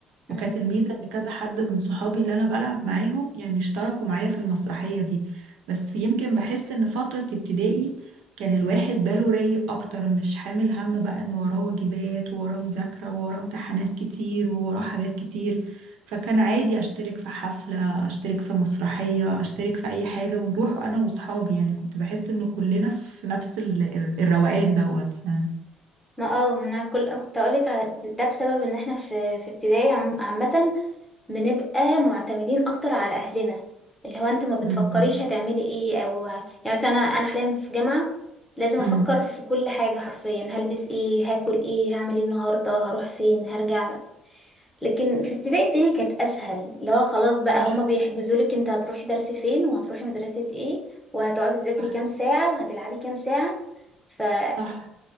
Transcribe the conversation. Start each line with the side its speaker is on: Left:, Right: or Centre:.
Centre: مم.
Right: وكانت الميزة إن كذا حد من صحابي اللي أنا بلعب معاهم يعني اشتركوا معايا في المسرحية دي بس يمكن بحس إن فترة ابتدائي كان الواحد باله رايق أكتر مش حامل هم بقى إن وراه واجبات ووراه مذاكرة ووراه امتحانات كتير ووراه حاجات كتير فكان عادي أشترك في حفلة اشترك في مسرحية اشترك في اي حاجة ونروح انا واصحابي يعني كنت بحس ان كلنا في نفس ال- ال- الروقان دوت يعني
Centre: ما اه ما انا كل كنت اقولك على ده بسبب ان احنا في في ابتدائي عم- عامة بنبقى معتمدين اكتر على اهلنا اللي هو انت ما بتفكريش
Right: امم
Centre: هتعملي ايه او ه- يعني مثلا انا أنا حاليا في جامعة لازم
Right: امم
Centre: افكر في كل حاجة حرفيا هلبس ايه هاكل ايه هعمل ايه النهاردة هروح فين هرجع لكن في ابتدائي الدنيا كانت اسهل اللي هو خلاص بقى
Right: صح
Centre: هما بيحجزوا لك انت هتروحي درس فين وهتروحي مدرسة ايه وهتقعدي تذاكري
Right: صح
Centre: كام ساعة وهتلعبي كام ساعة فكانت
Right: صح